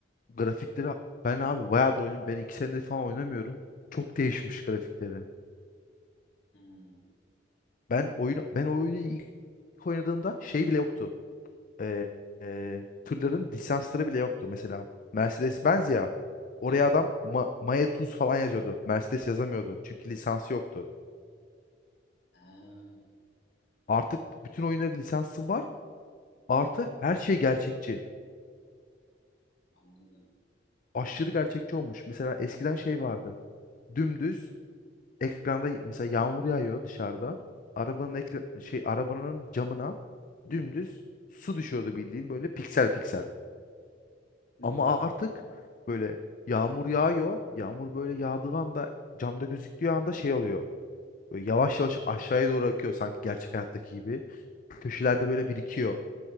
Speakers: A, on the left; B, on the left.
A: Grafikleri ben abi bayağıdır oynuyorum. Ben 2 senedir falan oynamıyorum. Çok değişmiş grafikleri.
B: Hmm.
A: Ben oyunu ben oyunu ilk oynadığımda şey bile yoktu. e, e, tırların lisansları bile yoktu mesela. Mercedes-Benz ya. Oraya
B: Hı hı.
A: adam Ma Maya Tuz falan yazıyordu. Mercedes yazamıyordu. Çünkü lisansı yoktu.
B: Ha,
A: Artık bütün oyunların lisansı var. Artı her şey gerçekçi.
B: anladım.
A: Aşırı gerçekçi olmuş. Mesela eskiden şey vardı. Dümdüz ekranda mesela yağmur yağıyor dışarıda. Arabanın ekra şey arabanın camına
B: Hı
A: dümdüz
B: hı.
A: su düşüyordu bildiğin böyle piksel piksel.
B: Hı
A: Ama
B: hı.
A: artık böyle yağmur yağıyor. Yağmur böyle yağdığı anda camda gözüktüğü anda şey oluyor. Böyle yavaş yavaş aşağıya doğru akıyor sanki gerçek hayattaki gibi. Köşelerde böyle birikiyor.